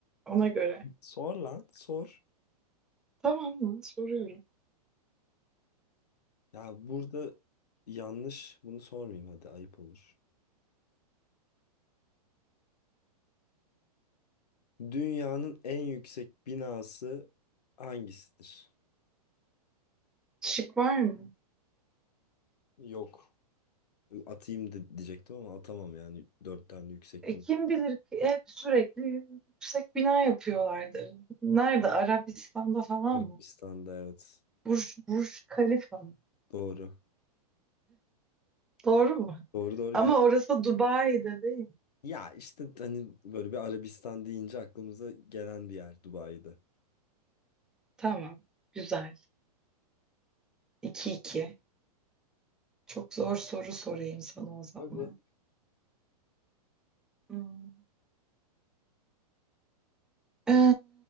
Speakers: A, in the centre; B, on the left.
A: ona göre.
B: Sor lan, sor.
A: Tamam mı? Soruyorum.
B: Ya burada yanlış, bunu sormayayım hadi ayıp olur. Dünyanın en yüksek binası hangisidir?
A: Şık var mı?
B: Yok. Atayım de diyecektim ama atamam yani. Dört tane yüksek
A: E,
B: bina.
A: kim bilir ki hep sürekli yüksek bina yapıyorlardır. Nerede? Arabistan'da falan
B: Arabistan'da
A: mı?
B: evet.
A: Burj, Burj Khalifa mı?
B: Doğru.
A: Doğru mu?
B: Doğru doğru
A: Ama
B: gel.
A: orası Dubai'de değil mi?
B: Ya işte hani böyle bir Arabistan deyince aklımıza gelen bir yer Dubai'de.
A: Tamam. Güzel. 2 iki. Çok zor soru sorayım sana o zaman.
B: Öyle.
A: Hmm. Ee,